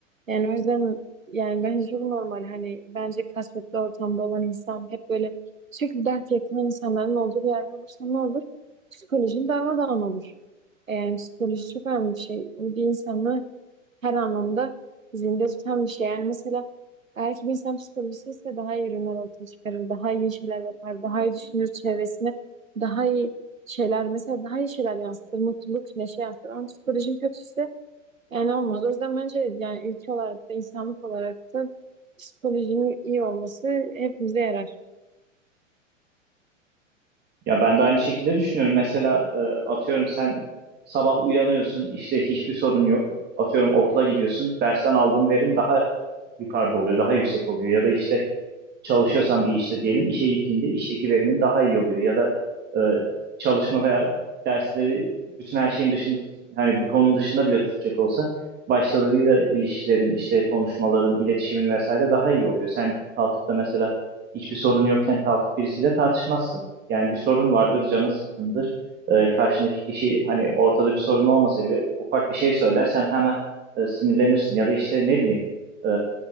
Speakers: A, on the right; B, on the right.
A: Yani o yüzden yani bence çok normal. Hani bence kasvetli ortamda olan insan hep böyle sürekli dert yakın insanların olduğu bir yerde olursa ne olur? Psikolojin darmadağın olur. E, Yani psikoloji çok önemli bir şey. Bir insanı her anlamda zinde tutan bir şey. Yani mesela eğer ki bir insan psikolojisi ise daha iyi ürünler ortaya çıkarır, daha iyi şeyler yapar, daha iyi düşünür çevresine, daha iyi şeyler mesela daha iyi şeyler yansıtır, mutluluk, neşe yansıtır. Ama psikolojin kötüyse yani olmaz. O yüzden bence yani ülke olarak da insanlık olarak da psikolojinin iyi olması hepimize yarar.
B: Ya ben de aynı şekilde düşünüyorum. Mesela e, atıyorum sen sabah uyanıyorsun, işte hiçbir sorun yok. Atıyorum okula gidiyorsun, dersten aldığın verim daha yukarıda oluyor, daha yüksek oluyor. Ya da işte çalışıyorsan bir işte diyelim, işe gittiğinde işteki verimin daha iyi oluyor. Ya da e, çalışma veya dersleri bütün her şeyin dışında, hani bu konunun dışında bile tutacak olsa başkalarıyla ilişkilerin, işte konuşmaların, iletişimin vesaire daha iyi oluyor. Sen kalkıp da mesela hiçbir sorun yokken kalkıp birisiyle tartışmazsın. Yani bir sorun vardır, canın sıkkındır. Ee, karşındaki kişi hani ortada bir sorun olmasa bile ufak bir şey söyler, sen hemen e, sinirlenirsin. Ya da işte ne bileyim e,